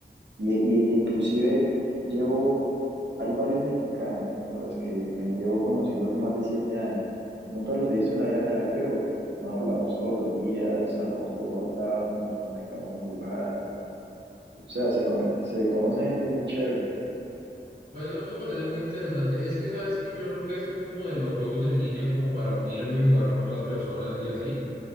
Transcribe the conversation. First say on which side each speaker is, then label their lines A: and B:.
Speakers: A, on the right (about 75°); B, on the right (about 50°).
A: Y, y e inclusive llevo Hay varios mexicanos con los que me llevo conociendo hace más de siete años. Nunca los he visto en la vida real, pero nos hablamos todos los días, hablamos por WhatsApp, nos conectamos a jugar. O sea, se conec- se conoce gente muy chévere.
B: Pues eso a mí me parece muy interesante. Es que sabes que yo nunca he sido como de los juegos en línea, como para unirme y jugar con otras personas y así.